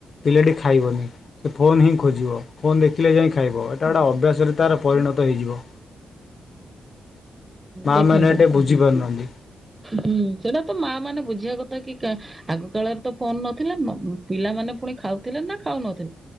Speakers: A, on the left; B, on the right.
A: ପିଲାଟି ଖାଇବନି। ସେ ଫୋନ୍ ହିଁ ଖୋଜିବ ଫୋନ୍ ଦେଖିଲେ ଯାଇ ଖାଇବ ଏଇଟା ଗୋଟେ ଅଭ୍ୟାସରେ ତାର ପରିଣତ ହେଇଯିବ। ମା
B: ଦେଖନ୍ତୁ।
A: ମାନେ ଏଟେ ବୁଝିପାରୁନାହାନ୍ତି
B: ହୁଁ ସେଇଟା ତ ମା ମାନେ ବୁଝିବା କଥା କି କା ଆଗ କାଳରେ ତ ଫୋନ ନଥିଲା ପିଲାମାନେ ପୁଣି ଖାଉଥିଲେ ନା ଖାଉନଥିଲେ